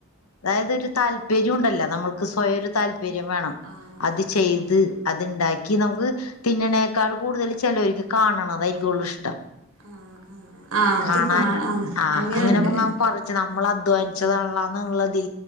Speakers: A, on the left; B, on the right.
A: അതായത് ഒരു താല്പര്യം ഉണ്ടല്ലോ നമ്മൾക്ക് സ്വയൊരു താല്പര്യം വേണം
B: ആഹ്
A: അത്
B: ആഹ്
A: ചെയ്ത് അത്ണ്ടാക്കി നമുക്ക് തിന്നണേക്കാൾ കൂടുതൽ ചിലര്ക്ക് കാണണതായിരിക്കും കൂടുതൽ ഇഷ്ടം
B: ആഹ് ആഹ് ആഹ് അത്
A: കാണാന്
B: കാണാം
A: ആഹ്
B: അങ്ങനെയുണ്ട്
A: അങ്ങനെങ്ങാ പറ റിച്ച് നമ്മൾ അധ്വാനിച്ചതാണുള്ളതി